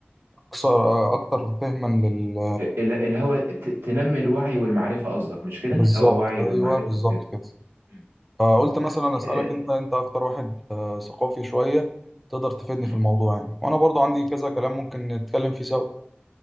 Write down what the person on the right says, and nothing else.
ال- الهوى ت- تنمي الوعي والمعرفة قصدك مش كده
الهوى وعي
والمعرفة
وكده
مم.
تمام
آه،
مم.